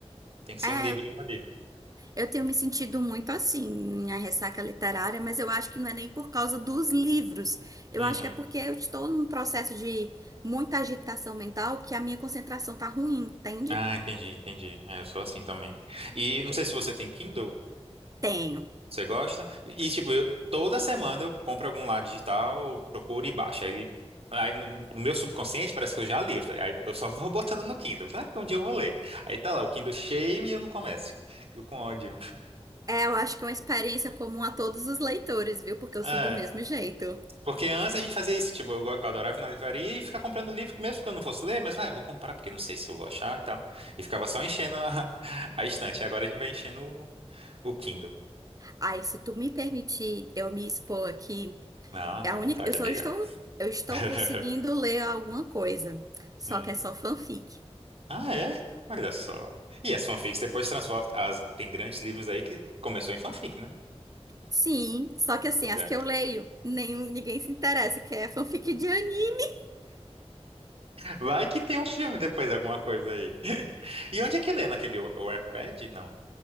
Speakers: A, on the right; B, on the right.
A: Tem que ser
B: É,
A: um livrinho
B: eu
A: ali.
B: eu tenho me sentido muito assim, a ressaca literária, mas eu acho que não é nem por causa dos livros. Eu
A: Uhum.
B: acho que é porque eu estou num processo de muita agitação mental que a minha concentração tá ruim, entende?
A: Ah, entendi, entendi. É, eu sou assim também. E não sei se você tem Kindle,
B: Tenho.
A: você gosta? E tipo, eu- toda semana eu compro algum lá digital, eu procuro e baixo. Aí, aí no no meu subconsciente parece que eu já li. Eu falei, Aí eu só <laughs> vou botando no Kindle. Eu Falei, ah, porque um dia eu vou ler. Aí tá lá, o Kindle cheio e eu não começo. Fico com ódio.
B: É, eu acho que é uma experiência comum a todos os leitores, viu? Porque eu
A: É,
B: sou do mesmo jeito.
A: porque antes a gente fazia isso, tipo, eu go- eu adorava ir na livraria e ficar comprando livro, que mesmo que eu não fosse ler, mas vai, eu vou comprar, porque não sei se eu vou achar e tal. E ficava só enchendo a, <laughs> a estante. Agora a gente vai enchendo o o Kindle.
B: Ai, se tu me permitir eu me expor aqui,
A: Não,
B: é
A: à
B: a
A: vontade,
B: única, eu só
A: amiga.
B: estou, eu estou
A: <laughs>
B: conseguindo ler alguma coisa, só
A: Hum.
B: que é só fanfic.
A: Ah, é? Olha só. E as fanfics depois se transformam. as- Tem grandes livros aí que começou em fanfic, né?
B: Sim, só que assim,
A: Olha.
B: as que eu leio, nem, ninguém se interessa, que é fanfic de anime.
A: Vai que tem um filme depois, alguma coisa aí. <laughs> E onde é que lê? Naquele Wa- Wattpad? Não.